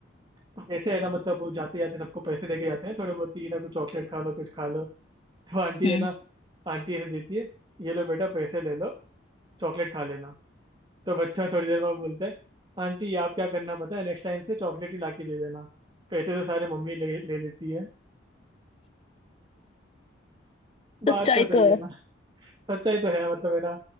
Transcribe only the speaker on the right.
तो कैसे है ना मतलब वो जाते जाते सबको पैसे देके जाते हैं थोड़े बहुत ही ना कुछ चॉकलेट खा लो कुछ खा लो तो आंटी
है ना आंटी ऐसे देती है ये लो बेटा पैसे ले लो चॉकलेट खा लेना तो बच्चा थोड़ी देर बाद बोलता है आंटी आप क्या करना पता है नेक्स्ट टाइम से चॉकलेट ही ला के दे देना पैसे तो सारे मम्मी ले ले लेती है बात
तो सही
है ना सच्चाई तो है मतलब है ना